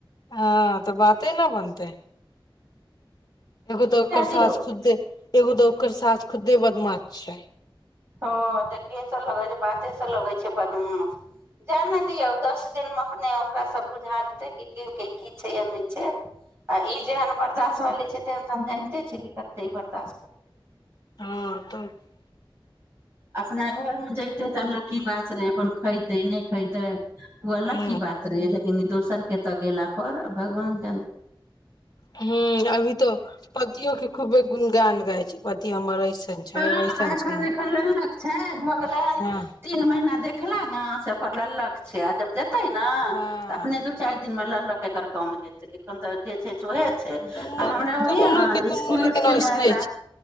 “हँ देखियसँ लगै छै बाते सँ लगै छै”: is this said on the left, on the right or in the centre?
Right